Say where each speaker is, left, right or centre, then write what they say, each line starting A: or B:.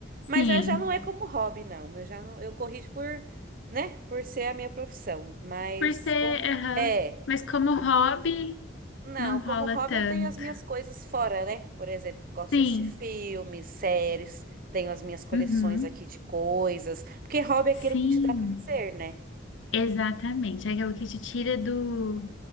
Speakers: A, on the right; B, on the left.
A: Mas
B: Sim.
A: eu já não é como hobby, não. Eu já não, eu corrijo por, né? Por ser a minha profissão. Mas
B: Por ser,
A: como.
B: aham.
A: É.
B: Mas como hobby,
A: Não,
B: não
A: como
B: rola
A: hobby
B: tanto.
A: eu tenho as minhas coisas fora, né? Por exemplo, gosto
B: Sim.
A: de assistir filmes, séries, tenho as minhas coleções
B: Uhum.
A: aqui de coisas, porque hobby é aquilo
B: Sim.
A: que te dá prazer, né?
B: Exatamente. É aquilo que te tira do,